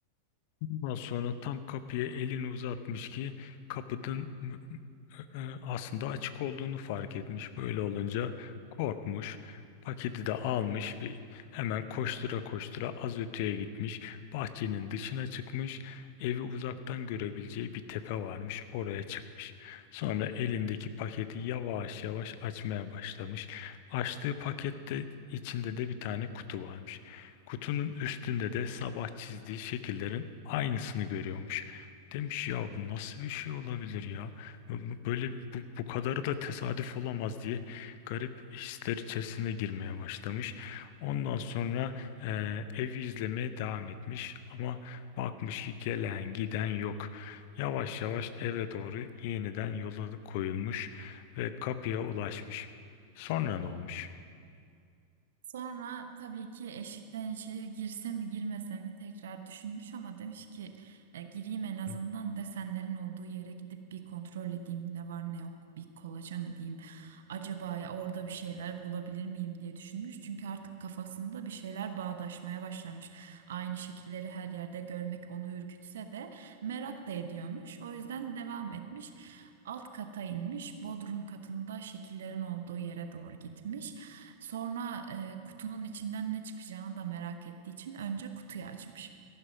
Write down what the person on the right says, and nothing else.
Sonra tabii ki eşikten içeri girse mi girmese mi tekrar düşünmüş ama demiş ki "E, gireyim en azından
desenlerin olduğu yere gidip bir kontrol edeyim ne var ne yok bir kolaçan edeyim. Acaba ya orada bir şeyler bulabilir miyim diye düşünmüş çünkü artık kafasında bir şeyler bağdaşmaya başlamış. Aynı şekilleri her yerde görmek onu ürkütse de merak da ediyormuş o yüzden devam etmiş. Alt kata inmiş, bodrum katında şekillerin olduğu yere doğru gitmiş. Sonra e, kutunun içinden ne çıkacağını da merak ettiği için önce kutuyu açmış.